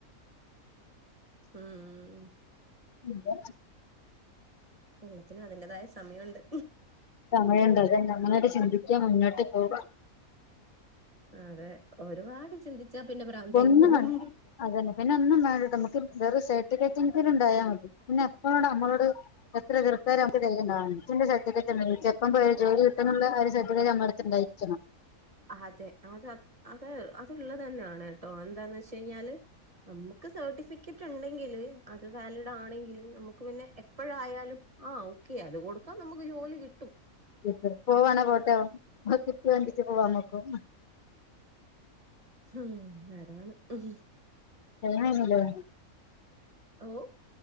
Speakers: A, on the right; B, on the left.
A: ഉം
B: ഉല്ല
A: എല്ലാത്തിനും അതിന്റേതായ സമയുണ്ട്
B: സമയണ്ട് അതങ്ങനങ്ങാട്ട് ചിന്തിക്ക മുന്നോട്ട് പോക
A: അതെ ഒരുപാട് ചിന്തിച്ചാ പിന്നെ ഭ്രാന്തൈ
B: ഒന്നും
A: പോവും
B: വേണ്ട അതന്നെ പിന്നെ ഒന്നും വേണ്ടിട്ട് നമുക്ക് വേറെരു സേർട്ടഫിക്കറ്റ് എങ്കുംണ്ടായാ മതി പിന്നെ എപ്പളോട് നമ്മളോട് എത്ര എതിർത്തരംക്ക് ദൈര്യണ്ടാവാന്. എച്ചെന്റെ സർട്ടിഫറ്റ് ഇണ്ടല്ലോ എച്ചപ്പം പോയാ ഒരു ജോലി കിട്ടുന്നുള്ള ആ ഒരു സർട്ടിഫിക്കറ്റ് ഞമ്മളെ ടുത്തുണ്ടാരിക്കണം.
A: അതെ അത അത അത്ള്ളത് തന്നെയാണ് കേട്ടോ എന്താന്ന് വെച്ച് കഴിഞ്ഞാല് നമുക്ക് സർട്ടിഫിക്കറ്റ് ണ്ടെങ്കില് അത് വാലിഡ് ആണെങ്കിൽ നമുക്ക് പിന്നെ എ എപ്പോഴായാലും ആഹ് ഓക്കെ അത് കൊടുക്കാം നമുക്ക് ജോലി കിട്ടും
B: ഇട്ട് പോവാണേ പോട്ടെ <unintelligible> കിട്ടിയ വണ്ടിക്ക് പോവാ നമ്മക്കും
A: ഉം അതാണ് ഉം
B: ടൈമ് കഴിഞ്ഞില്ലേ?
A: ഓഹ്